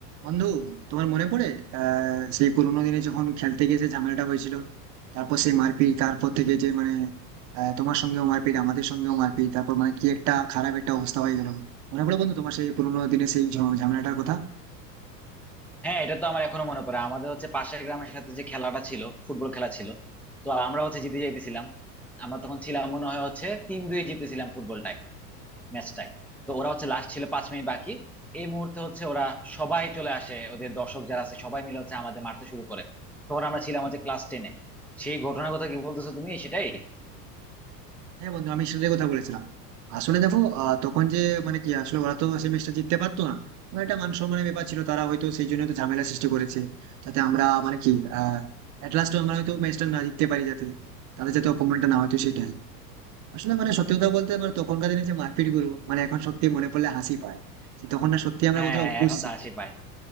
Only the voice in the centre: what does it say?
হ্যাঁ এটা তো আমার এখনো মনে পড়ে আমাদের হচ্ছে পাশের গ্রামের সাথে যে খেলাটা ছিল ফুটবল খেলা ছিল তো আমরা হচ্ছে জিতে যাইতেছিলাম আমরা তখন ছিলাম মনে হয় হচ্ছে তিন দুই জিতেছিলাম ফুটবলটায় ম্যাচটায় তো ওরা হচ্ছে লাস্ট ছিল পাঁচ মিনিট বাকি এই মুহূর্তে হচ্ছে ওরা সবাই চলে আসে ওদের দর্শক যারা আছে সবাই মিলে হচ্ছে আমাদের মারতে শুরু করে তখন আমরা ছিলাম হচ্ছে ক্লাস টেনে সেই ঘটনার কথা কি বলতেছো তুমি সেটাই
হ্যাঁ
হ্যাঁ
এখন
তো হাসি পায়